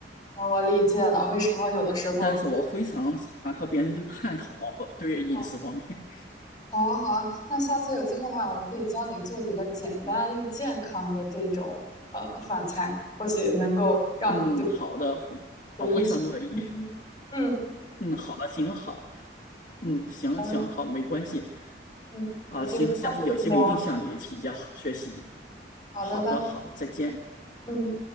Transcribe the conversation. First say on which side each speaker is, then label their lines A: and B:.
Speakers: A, on the left; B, on the left.
A: 那我理解了，为什么有的时候会。
B: 但是我非常喜欢和别人去探讨对饮食方面。
A: 哦，好啊好啊，那下次有机会的话，我可以教你做一个简单又健康的这种呃饭菜，或许能够让你就是
B: <laughs> 嗯，好的，
A: 厨艺提。
B: 我非常乐意。
A: 嗯嗯，
B: 嗯，好的，行，好，嗯，行行，
A: 好的
B: 好，没关系，
A: 嗯，
B: 啊，
A: 有机会下次再聊。
B: 行，下次有机会一定向你请教学习。
A: 好的，
B: 好的，
A: 拜。
B: 好，再见。
A: 嗯。